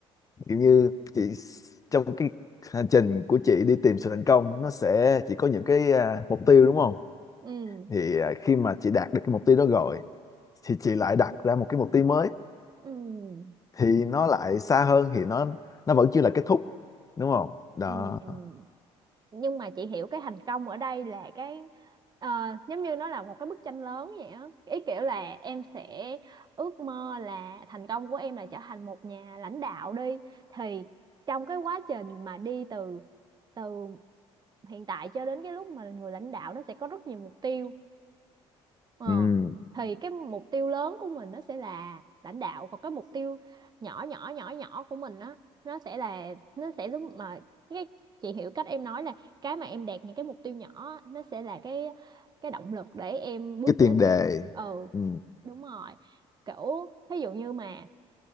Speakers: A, on the left; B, on the right.
A: kiểu như chị s- trong cái hành trình của chị đi tìm sự thành công nó sẽ chỉ có những cái ờ, mục tiêu đúng không
B: ừ
A: thì à, khi mà chị đạt được cái mục tiêu đó rồi thì chị lại đặt ra một cái mục tiêu mới
B: ừ
A: thì nó lại xa hơn thì nó nó vẫn chưa là kết thúc đúng không đó
B: ừ nhưng mà chị hiểu cái thành công ở đây là cái ờ, giống như nó là một cái bức tranh lớn vậy á ý kiểu là em sẽ ước mơ là thành công của em là trở thành một nhà lãnh đạo đi thì trong cái quá trình mà đi từ từ hiện tại cho đến cái lúc mà là người lãnh đạo nó sẽ có rất nhiều mục tiêu Ờ.
A: ừ.
B: Thì cái mục tiêu lớn của mình nó sẽ là lãnh đạo còn cái mục tiêu nhỏ nhỏ nhỏ nhỏ của mình á nó sẽ là nó sẽ giống mà cái chị hiểu cách em nói là cái mà em đạt những cái mục tiêu nhỏ á, nó sẽ là cái cái động lực để em bước
A: cái
B: đến
A: tiền đề
B: cái ừ
A: ừ.
B: đúng rồi kiểu thí dụ như mà